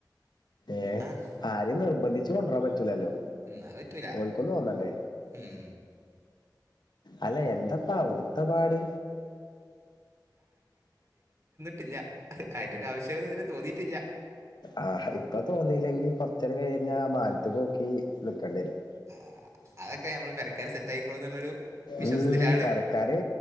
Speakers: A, on the left (about 70°); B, on the right (about 40°).
A: ഏഹ്
B: ആഹ്
A: ആരേം നിർബന്ധിച്ച് കൊണ്ടുവരാൻ പറ്റൂലല്ലോ
B: ഉം അത് പറ്റൂല
A: ഓൽക്കും തോന്നണ്ടേ
B: ഉം
A: അല്ല എന്തപ്പാ അവിടുത്ത പാട്
B: കില്ല അതിന്റെ ഒരു ആവശ്യം ഇതുവരെ തോന്നിട്ടില്ല
A: ആഹ് ഇപ്പൊ തോന്നില്ലെങ്കി കൊറച്ച് നേരം കഴിഞ്ഞാ മാനത്തേക്ക് നോക്കി നിക്കേണ്ടി വരും
B: ആഹ് അതൊക്കെ നമ്മൾ പെരക്കാര് സെറ്റ് ആയിക്കോളും എന്നുള്ളൊരു വിശ്വാസത്തിലാണ്
A: ഉം തരക്കാര്